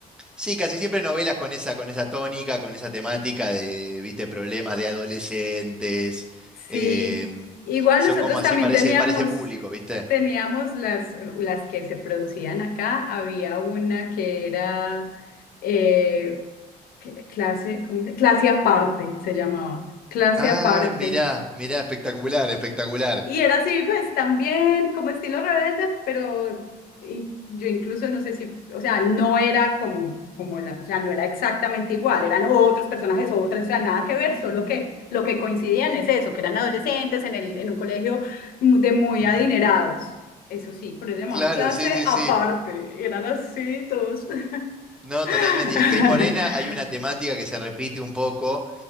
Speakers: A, in the centre; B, on the left.
A: sí, casi siempre novelas con esa, con esa tónica, con esa temática de, viste, problemas de adolescentes.
B: Sí,
A: eh,
B: igual
A: son
B: nosotros
A: como así,
B: también
A: parece,
B: teníamos,
A: parece público, ¿viste?
B: teníamos las, uh, las que se producían acá. Había una que era eh, que- clase, ¿cómo se- clase aparte, se llamaba. Clase
A: Ay,
B: aparte.
A: mirá, mirá, espectacular, espectacular.
B: Y era así, pues también como estilo rebelde, pero in- yo incluso no sé si, o sea, no era como, como la, o sea, no era exactamente igual, eran otros personajes, o otras, o sea, nada que ver, solo que lo que coincidían es eso, que eran adolescentes en el, en un colegio mu- de muy
A: <laughs>
B: adinerados. Eso sí, pero yo llamaba
A: Claro,
B: clase
A: sí, sí,
B: aparte,
A: sí.
B: eran así todos.
A: No,
B: <laughs>
A: totalmente. Y en Cris Morena hay una temática que se repite un poco,